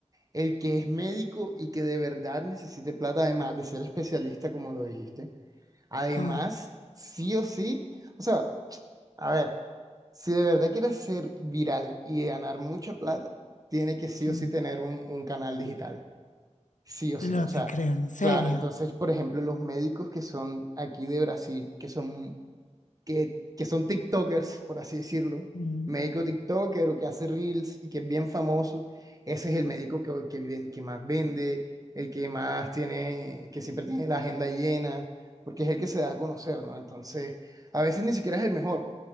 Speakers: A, on the right; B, on the left.
A: el que es médico y que de verdad necesite plata, además de ser especialista, como lo dijiste, Además,
B: ah,
A: sí o sí, o sea, a ver, si de verdad quieres ser viral y ganar mucha plata, tiene que sí
B: mm.
A: o sí tener un, un canal digital, sí o sí,
B: No
A: o sea,
B: te creo, en serio.
A: claro, entonces, por ejemplo, los médicos que son aquí de Brasil, que son que, que son TikTokers, por así decirlo,
B: Mm.
A: médico TikToker o que hace Reels y que es bien famoso, ese es el médico que, que, ven- que más vende, el que más tiene, que siempre tiene la agenda llena, porque es el que se da a conocer, ¿no? Entonces, a veces ni siquiera es el mejor,